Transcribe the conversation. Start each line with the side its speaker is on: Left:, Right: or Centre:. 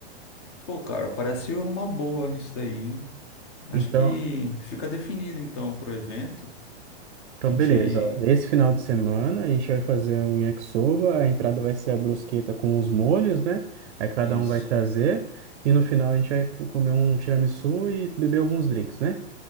Left: Pô, cara, parece uma boa isso daí, hein? Acho
Right: Então,
Left: que fica definido então pro evento.
Right: então
Left: A gente.
Right: beleza. ó. Esse final de semana a gente vai fazer um yakisoba. A entrada vai ser a brusqueta com os molhos, né? Aí cada
Left: Isso.
Right: um vai trazer. E no final a gente vai tu- comer um tiramisu e beber alguns drinks, né?